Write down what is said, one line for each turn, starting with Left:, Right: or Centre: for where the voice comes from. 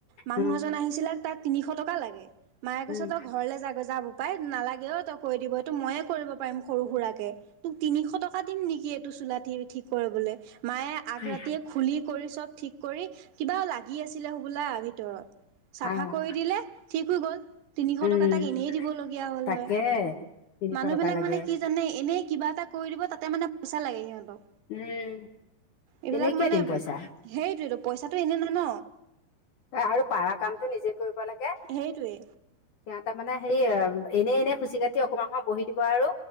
Right: মানুহ
Left: উম,
Right: এজন আহিছিলে তাত তিনিশ টকা লাগে মায়ে কৈছে
Left: উম,
Right: তই ঘৰলে যা গৈ যা বোপাই নালাগেও তই কৈ দিব এইটো ময়ে কৰিব পাৰিম সৰু সুৰাকে তোক তিনিশ টকা দিম নেকি এইটো চুলা ঠি ক কৰিবলে মায়ে আগ
Left: উম।
Right: ৰাতিয়ে খুলি কৰি চব ঠিক কৰি কিবা লাগি আছিলে হবলা। ভিতৰত চাফা
Left: আহ,
Right: কৰি দিলে ঠিক হৈ গল তিনিশ
Left: উম,
Right: টকা তাক এনেই দিবলগীয়া। হ'ল
Left: তাকে
Right: হয়
Left: তিনিশ
Right: মানুহ
Left: টকা
Right: বিলাক
Left: লাগে।
Right: মানে কি জানে এনেই কিবা এটা কৰি দিব তাতে মানে পইচা লাগে সিহঁতক।
Left: উম,
Right: এইবিলাক
Left: এনেই কিয়
Right: মানে
Left: দিম
Right: সেইটোৱেতো
Left: পইচা।
Right: পইচাটো এনে নাই ন।
Left: আৰু পাৰা কামটো নিজে কৰিব লাগে
Right: সেইটোৱে
Left: সিহতে মানে হেই। এনে এনে খুচি কাটি অকমান সময় বহি দিব আৰু